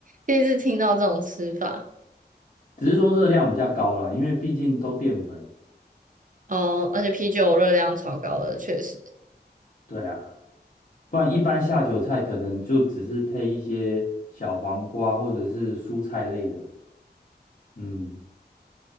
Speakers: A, on the right; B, on the left.
A: 第一次听到这种吃法
B: 只是说热量比较高啦，因为毕竟都淀粉。
A: 哦，而且啤酒热量超高的，确实。
B: 对啊，不然一般下酒菜可能就只是配一些小黄瓜或者是蔬菜类的。嗯，